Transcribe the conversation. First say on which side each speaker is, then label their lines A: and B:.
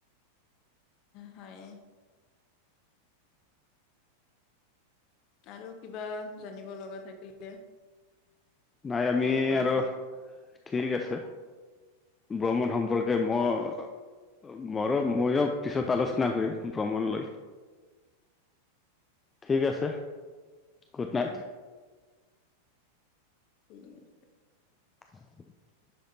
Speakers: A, on the left; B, on the left.
A: হয় আৰু কিবা জানিব লগা থাকিলে
B: নাই আমি
A: কল কৰিব
B: আৰু ঠিক আছে ভ্ৰমণ সম্পৰ্কে মই মৰো ময়ো পিছত আলোচনা কৰিম ভ্ৰমণ লৈ ঠিক আছে গুড নাইট।
A: উম ঠিক আছে
B: <inaudible>